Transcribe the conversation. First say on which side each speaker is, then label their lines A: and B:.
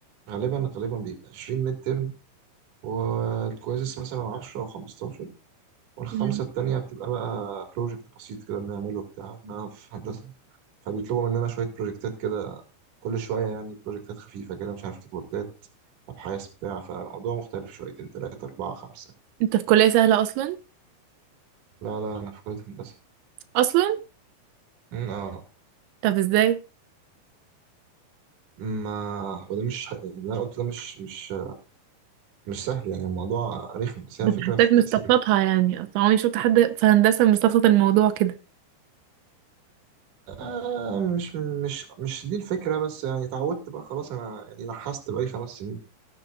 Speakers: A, on the right (about 50°); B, on the right (about 80°).
A: غالبا غالبا بيبقى 20 ميد ترم والكويزس مثلا 10 أو 15 والخمسة
B: مم.
A: التانية بتبقى بقى بروجكت بسيط كده بنعمله بتاع أنا في هندسة فبيطلبوا مننا شوية بروجكتات كده كل شوية يعني بروجكتات خفيفة كده مش عارف ريبورتات أبحاث بتاع فالموضوع مختلف شويتين تلاتة أربعة خمسة
B: انت في كلية سهلة أصلا؟
A: لا لا أنا في كلية هندسة
B: أصلا؟
A: مم، اه
B: طب ازاي؟
A: ما هو ده مش ح- اللي انا قلته ده مش مش مش سهل يعني الموضوع رخم بس هي
B: بس
A: الفكره
B: حسيتك
A: في التقسيم
B: مستفلطها يعني اصلا عمري شفت حد في هندسة مستفلط الموضوع كده
A: آه مش مش مش دي الفكره بس يعني اتعودت بقى خلاص انا يعني نحست بقالي خمس سنين